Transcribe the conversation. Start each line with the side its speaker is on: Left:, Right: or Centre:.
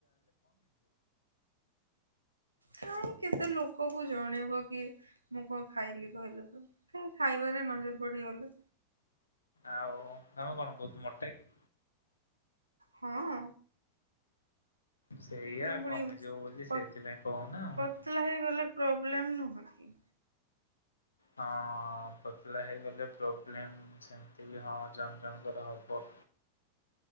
Right: କାଇଁ କେତେ ଲୋକ କୁ ଜଣେଇବ କି। ମୁଁ କଣ ଖାଇଲି କହିଲ ତ କା ଖାଇବାରେ ନଜର ପଡିଗଲେ।
Left: ଆଉ ତମେ କଣ ବହୁତ ମୋଟା କି।
Right: ହଁ।
Left: ସେଇଆ
Right: ତୁମେ ପୁଣି
Left: କମି ଯିବ ବୋଲି ସେଇଥିପାଇଁ କହୁନା ଆଉ।
Right: ପତଲା ହେଇଗଲେ ପ୍ରୋବ୍ଲେମ୍ ନୁହଁ କି।
Left: ହଁ ପତଲା ହେଇଗଲେ ପ୍ରୋବ୍ଲେମ୍ ସେମତି ବି ହଁ ଜଣ ଜଣଙ୍କର ହବ।